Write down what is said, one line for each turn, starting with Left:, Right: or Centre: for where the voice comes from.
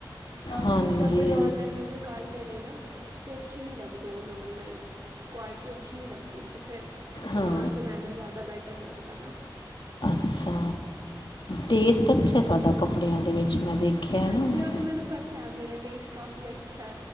Right: ਕਾਫ਼ੀ
Left: ਹਾਂਜੀ
Right: ਕੁਛ ਕੱਪੜੇ ਔਨਲਾਈਨ ਔਡਰ ਕਰ ਲੈ ਨੇ ਨਾ। ਤੇ ਅੱਛੇ ਨੀ ਲੱਗਦੇ ਉਹਨੂੰ ਔਨਲਾਈਨ ਕੁਆਲਿਟੀ ਅੱਛੀ ਨੀ ਲੱਗਦੀ ਤੇ ਫੇਰ ਦੁਕਾਨ
Left: ਹਾਂ
Right: ਤੋਂ ਲੈਣਾ ਜਾਦਾ ਬੈਟਰ ਲੱਗਦਾ ਨਾ।
Left: ਅੱਛਾ ਟੇਸਟ ਅੱਛਾ ਤੁਹਾਡਾ ਕੱਪੜਿਆ ਦੇ ਵਿੱਚ ਮੈਂ ਦੇਖਿਆ।
Right: ਹਾਂਜੀ
Left: ਹੈ ਨਾ
Right: ਉਹ ਤਾਂ ਮੈਨੂੰ ਪਤਾ ਹੈ ਮੇਰਾ ਟੇਸਟ ਕਾਫ਼ੀ ਅੱਛਾ